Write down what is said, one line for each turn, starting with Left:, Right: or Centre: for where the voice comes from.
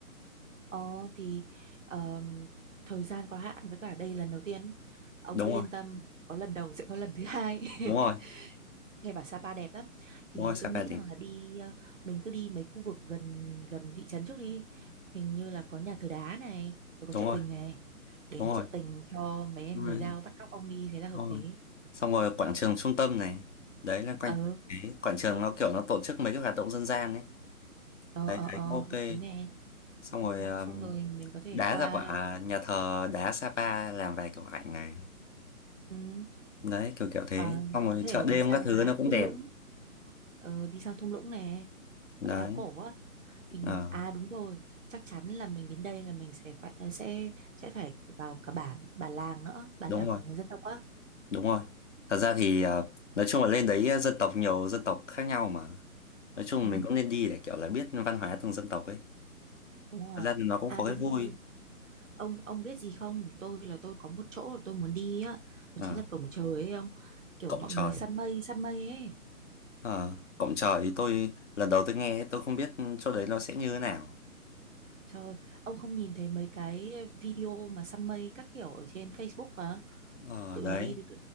Right: Ờ thì ờm, thời gian có hạn với cả đây lần đầu tiên. Ông
Left: đúng
Right: cứ yên
Left: rồi
Right: tâm, có lần đầu sẽ có lần thứ hai.
Left: đúng
Right: <laughs>
Left: rồi
Right: Nghe bảo Sapa đẹp lắm thì
Left: đúng rồi Sapa
Right: tôi nghĩ
Left: thì
Right: rằng là đi ờ, mình cứ đi mấy khu vực gần gần thị trấn trước đi hình như là có nhà thờ đá này rồi có
Left: đúng
Right: chợ
Left: rồi
Right: tình này đến
Left: đúng rồi
Right: chợ tình cho mấy em
Left: nhưng
Right: người
Left: mà
Right: Dao bắt cóc ông đi thế là hợp
Left: đúng
Right: lý
Left: rồi xong rồi quảng trường trung tâm này đấy là quanh
Right: ờ
Left: cái quảng trường nó kiểu nó tổ chức mấy cái hoạt động dân gian ấy
Right: ờ
Left: đấy
Right: ờ
Left: thấy
Right: ờ,
Left: cũng ok
Right: hợp lý nè
Left: xong
Right: ừ,
Left: rồi um,
Right: xong rồi mình có thể
Left: đá
Right: qua
Left: ra quả nhà thờ đá Sapa làm vài kiểu ảnh này
Right: ừ,
Left: đấy kiểu kiểu thế
Right: ờ,
Left: xong
Right: có
Left: rồi
Right: thể
Left: chợ
Right: đi
Left: đêm
Right: sang
Left: các thứ
Right: cả
Left: nó cũng
Right: thung
Left: đẹp
Right: lũng ờ, đi sang thung lũng nè
Left: đấy
Right: bãi đá cổ á hình
Left: ờ,
Right: à đúng rồi chắc chắn là mình đến đây là mình sẽ phải sẽ sẽ phải vào cả bản bản làng nữa bản
Left: đúng
Right: làng
Left: rồi
Right: của người dân tộc á
Left: đúng rồi thật ra thì ờ, nói chung là lên đấy ờ, dân tộc nhiều dân tộc khác nhau mà nói chung
Right: ừ,
Left: mình cũng nên đi để kiểu là biết văn hóa từng dân tộc ấy
Right: đúng rồi
Left: thật ra thì nó cũng
Right: à
Left: có
Right: đúng
Left: cái vui
Right: rồi ông ông biết gì không tôi là tôi có một chỗ là tôi muốn đi á đó
Left: Ờ,
Right: chính là cổng trời ấy ông kiểu
Left: cộng
Right: mọi
Left: trời
Right: người săn
Left: à.
Right: mây săn mây ấy
Left: Ờ, cổng trời thì tôi lần đầu tôi nghe tôi không biết chỗ đấy nó sẽ như thế nào.
Right: trời ơi, ông không nhìn thấy mấy cái video mà săn mây các kiểu ở trên Facebook hả
Left: Ờ,
Right: tụi
Left: đấy.
Right: nó đi tụi,